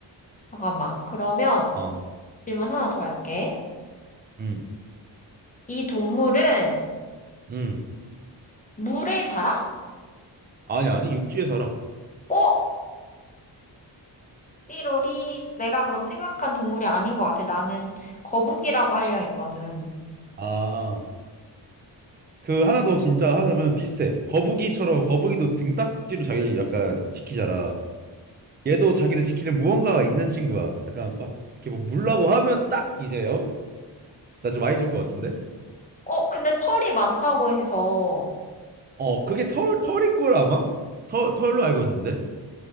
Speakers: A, on the left (about 20°); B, on the right (about 25°).
A: 잠깐만. 그러면,
B: 어,
A: 질문 하나 더 할게.
B: 응,
A: 이 동물은
B: 응.
A: 물에 살아?
B: 아니, 아니, 육지에 살아.
A: 어? 띠로리, 내가 그럼 생각한 동물이 아닌 것 같아. 나는 거북이라고 하려 했거든.
B: 아, 그 하나 더 진짜 하자면 비슷해. 거북이처럼 거북이도 등딱지로 자기를 약간 지키잖아. 얘도 자기를 지키는 무언가가 있는 친구야. 약간 막 이렇게 뭐 물라고 하면 딱 이제요. 나 좀 많이 준 것 같은데.
A: 어, 근데 털이 많다고 해서.
B: 어, 그게 털 털일 걸 아마? 털 털로 알고 있는데.